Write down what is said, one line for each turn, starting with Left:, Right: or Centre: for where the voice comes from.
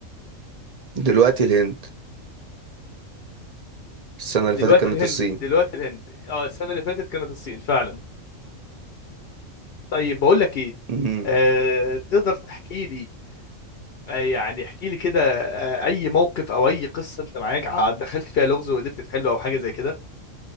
Right: دلوقتي الهند السنة اللي
Left: دلوقتي
Right: فاتت كانت
Left: الهند
Right: الصين
Left: دلوقتي الهند اه السنه اللي فاتت كانت الصين فعلا طيب بقول لك ايه
Right: مم.
Left: آه، تقدر تحكي لي آه، يعني احكي لي كده آه، اي موقف او اي قصه انت معاك ع- دخلت فيها لغز وقدرت تحله او حاجه زي كده